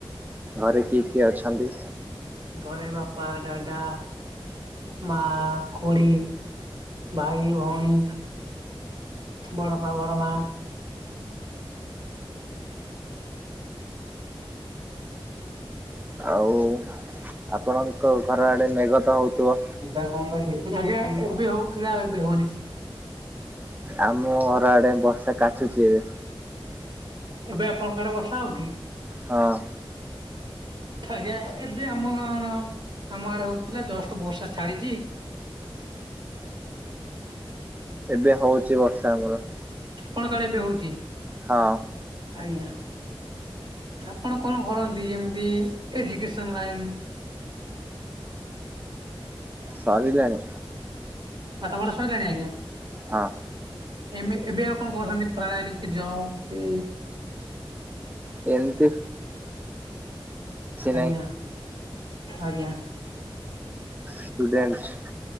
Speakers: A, on the right; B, on the right.
A: ଘରେ କିଏ କିଏ ଅଛନ୍ତି?
B: ଘରେ ବାପା ଡାଡା ମା ଖୋଡ଼ି। ଭାଇ ଭଉଣୀ ବଡ଼ପା ବଡ଼ମା।
A: ଆଉ? ଆପଣଙ୍କ ଘର ଆଡେ ମେଘ ତ ହୋଉଥିବ?
B: ଆଜ୍ଞା ଏବେ ହୋଉ ଥିଲା ଏବେ ହୋଉନି।
A: ଆମ ଘର ଆଡେ ବର୍ଷା କାଚୁଛି ଏବେ।
B: ଏବେ ଆପଣଙ୍କଡ ବର୍ସା ହୋଉଚି।
A: ହଁ।
B: ଆଜ୍ଞା ଏବେ ଆମ ଆମ ଆଡେ ହଉଥିଲା ଜଷ୍ଟ ବର୍ଷା ଛାଡିଚି।
A: ଏବେ ହଉଛି ବର୍ଷା ଆମର।
B: ଆପଣଙ୍କ ଆଡେ ଏବେ ହଉଚି।
A: ହଁ
B: ଆଜ୍ଞା ଆପଣ କଣ କରନ୍ତି ଏମିତି ଏଜୁକେସନ ଲାଇନ
A: ସାରିଲଣି।
B: ପାଠ ପଢା ସଇଲାଣି ଆଜ୍ଞା।
A: ହଁ।
B: ଏବେ ଏବେ ଆଉ କଣ କରହୁଛନ୍ତି ପ୍ରାୟ ନେଇକି ଯାଓ କି
A: ଏମତି
B: ଆଜ୍ଞା
A: ନାହିଁ
B: ଆଜ୍ଞା।
A: ଷ୍ଟୁଡେଣ୍ଟ